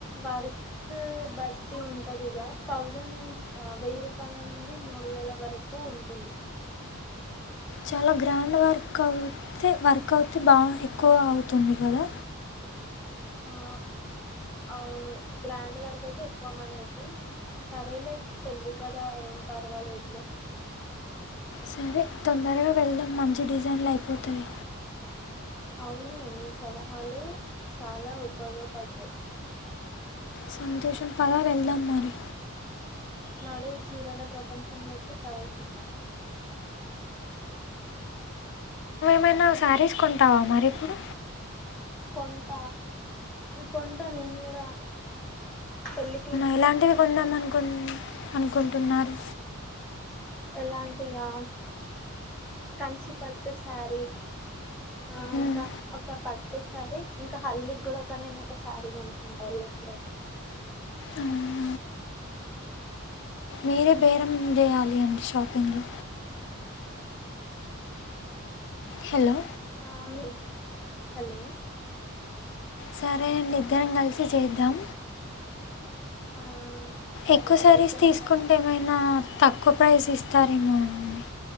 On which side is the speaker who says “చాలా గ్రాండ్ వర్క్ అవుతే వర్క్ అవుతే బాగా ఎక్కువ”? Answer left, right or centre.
Left